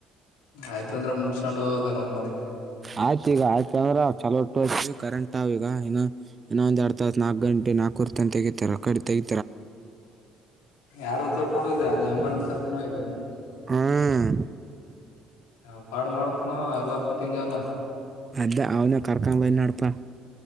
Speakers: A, on the left; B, on the right.
A: ಆಯ್ತಂದ್ರ ಮುಗಸ್ಕೊಂಡ್ ಹೋಗೋದ ನಮ್ಮಂಬಲ್ಲಿ
B: ಆಯ್ತು ಈಗ ಆಯ್ತ ಅಂದ್ರ ಚಲೋ ಕರೆಂಟ್ ಅವ ಈಗ ಇನಾ ಇನ್ನೊಂದ ಎಡ್ಡ ತಾಸ ನಾಲ್ಕ ಗಂಟೆ ನಾಕುವರೆ ತನಕ ಅಗೆತ ರೋಕ್ ಆಟ ತಗಿ
A: ಯಾರನ್ ಕರ್ಕೊಂಡ್ ಹೋದೆ ಜಂಬಾಳನ್ ಕರ್ಕೊಂಡ್ ಹೋಗಿದೇನು
B: ಹ್ಮ್
A: ಹ ಬಾಳ್ ಮಾಡತನ ಎಲ್ಲ ಫಿಟಿಂಗ್ ಎಲ್ಲ
B: ಅದ ಅವನೇ ಕರಕೊಂಡ ಬಂದೆ ನೋಡ್ಪ